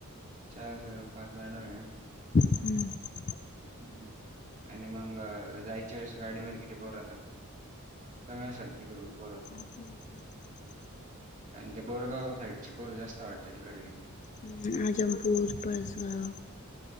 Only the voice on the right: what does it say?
चार सर पाच मॅड आहे <inaudible>
<inaudible> आणि मग जायची वेळेस गाडीमध्ये किती बोरतात कमी असाल तिकडून परत <inaudible>
आणि ते बोरगाव साईडचे पोरं जास्त आवडतं तिकडले <inaudible>